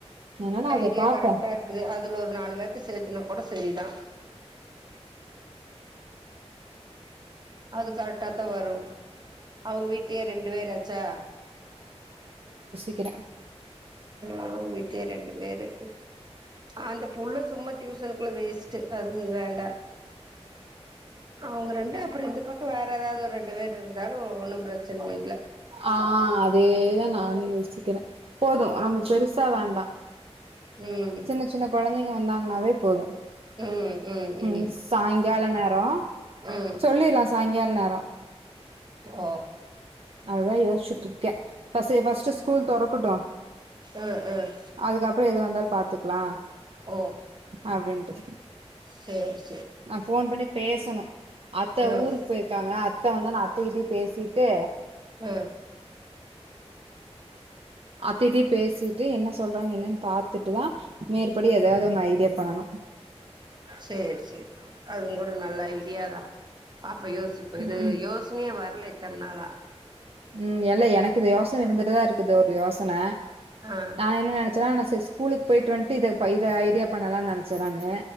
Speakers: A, on the right; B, on the right.
A: அதனால அத
B: ஐடியா
A: பாப்போ
B: கரெக்டா இருக்குது அதுல ஒரு நாலு பேர்த்த சேத்துனா கூட சரிதான் அது கரெக்டா தான் வரும் அவங்க வீட்லயே ரெண்டு பேராச்சா
A: இரு கிற
B: அவங்க வீட்லயே ரெண்டு பேரு அந்த புள்ள சும்மா டியூசனுக்குள்ள வேஸ்ட்டு அது வேண்டாம் அவங்க ரெண்டு அப்புறம் இந்த பக்கம் வேற ஏதாவது ஒரு ரெண்டு பேர் இருந்தாலும் ஒன்னும் பிரச்சனை இல்ல
A: ஆஹ் அதேதான் நானும் யோசிக்கிறேன் போதும் நமக்கு பெருசா வேண்டாம்
B: ம்
A: சின்ன சின்ன குழந்தைங்க வந்தாங்கன்னாவே போதும்
B: ம் ம் ம்
A: உம் சாயங்கால நேரம்
B: ம்
A: சொல்லிரலாம் சாயங்காலே தரம்
B: ஆஹ
A: அததான் யோசுச்சு இருக்கேன் பஸ்ட் ஸ்கூல் தறக்கட்டும்
B: ம் ம்
A: அதுக்கப்புறம் எது வந்தாலும் பா கத்துக்கலாம்
B: ஓ
A: அப்படின்னு <inaudible>
B: உம்
A: ஆ போன் பண்ணி பேசணும் அத்தை
B: ம்
A: ஊருக்கு போயிருக்காங்க அத்தை வந்தான அ தடி பேசிட்டு
B: உம்
A: அத்திட்ட பேசிட்டு என்ன சொல்றாங்க என்னன்னு பார்த்துட்டு தான் மேற்படி எதாவது ஒன்னு ஐடியா பணும்
B: சரி சரி அது கூட நல்ல ஐடியாதான் யோசிப்ப இது
A: ம் ம்
B: யோசனையே வரல தன்னால
A: ம் எல்ல எனக்கு இது யோசனை இருந்துட்டுதா இருக்குது ஒரு யோசனை
B: ஆ
A: நா என்ன நெனச் சன நா ச ஸ்கூலுக்கு போயிட்டு வன்ட்டு இத இத ஐடியா பண்ணலா நெனைச்சே நானு